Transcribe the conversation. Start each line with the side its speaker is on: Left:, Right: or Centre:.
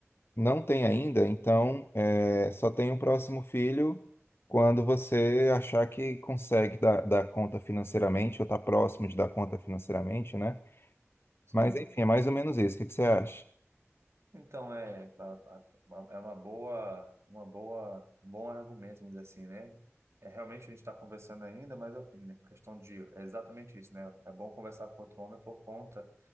Left: não tem ainda, então é, só tem o próximo filho quando você achar que consegue dar, dar conta financeiramente, ou tá próximo de dar conta financeiramente, né?
Right: sim.
Left: Mas enfim, é mais ou menos isso. O que que você acha?
Right: Então, é, fala- é uma boa, uma boa, um bom argumento, vamos dizer assim, né? É, realmente a gente está conversando ainda, mas é questão de, é exatamente isso, né? É bom conversar com outro homem por conta